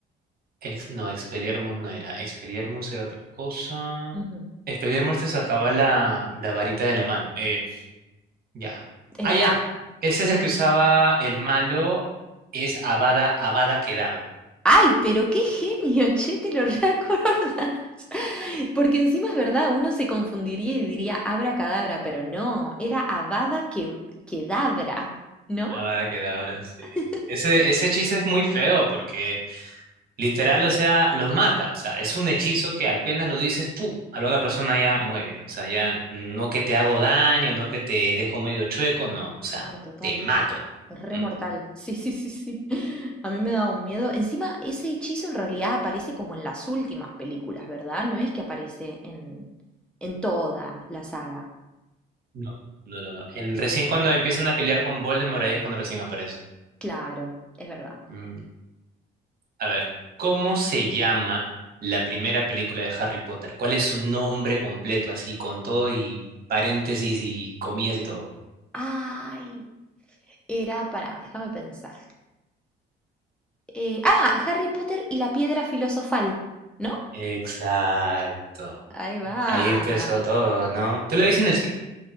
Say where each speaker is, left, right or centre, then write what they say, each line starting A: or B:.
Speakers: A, on the right; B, in the centre.
A: ex- no, Expelliarmus no era. Expelliarmus era otra cosa.
B: Ujú.
A: Expelliarmus te sacaba la, la varita de la mano. eh, Ya.
B: Es
A: Ah,
B: verdad,
A: ya. Ese es el que usaba el malo. Es Avada, Avada Kedavra.
B: Ay, pero qué genio, <laughs> che, te lo reacordás. <laughs> Porque encima es verdad, uno se confundiría y diría abracadabra, pero no, era Avada que Kedavra, ¿no?
A: Avada Kedavra, sí.
B: <laughs>
A: Ese, ese hechizo es muy feo porque literal, o sea, los mata. O sea, es un hechizo que apenas lo dices, ¡pum! A la otra persona ya muere. O sea, ya no que te hago daño, no que te dejo medio chueco, no. O sea,
B: No, total,
A: te mato.
B: re
A: Mm,
B: mortal. Sí, sí, sí, sí. A mí me da un miedo. Encima, ese hechizo en realidad aparece como en las últimas películas, ¿verdad? No es que aparece en, en toda la saga.
A: No, no, no, no. El, recién cuando empiezan a pelear con Voldemort, ahí es cuando recién aparece.
B: Claro, es verdad.
A: Mm. A ver, ¿cómo se llama la primera película de Harry Potter? ¿Cuál es su nombre completo, así, con todo y paréntesis y comillas y todo?
B: Ay, era, para, déjame pensar. Eh, ah, Harry Potter y la piedra filosofal, ¿no?
A: Exacto.
B: Ahí va.
A: Ahí empezó todo, ¿no? ¿Tú la viste en el cine?